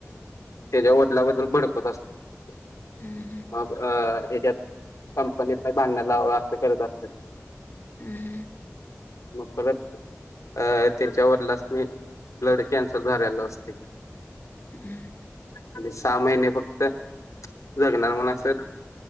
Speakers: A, on the left; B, on the left.
A: त्येज्या वडलाबद्दल भडकवत असत्यात.
B: हम हम
A: मग हेज्यात कंपनीत भाडणं लाव असं करत असत्यात
B: हम् हम
A: मग परत अ, त्येच्या वडलासणी, ब्लड कॅन्सर झालेला असतय
B: हमं.
A: आणि सहा महिने फक्त, जगणार म्हण असं